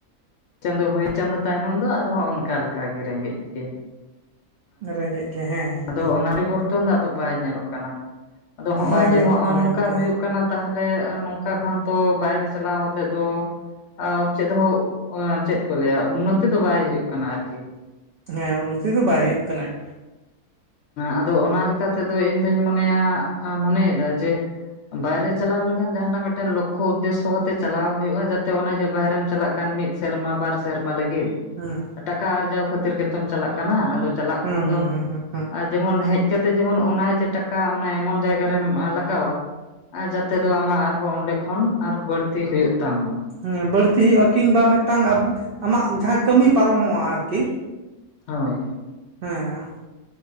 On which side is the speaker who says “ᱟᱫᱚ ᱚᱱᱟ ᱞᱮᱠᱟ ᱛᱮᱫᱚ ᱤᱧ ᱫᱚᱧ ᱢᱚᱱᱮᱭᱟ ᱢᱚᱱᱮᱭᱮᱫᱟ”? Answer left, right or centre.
Left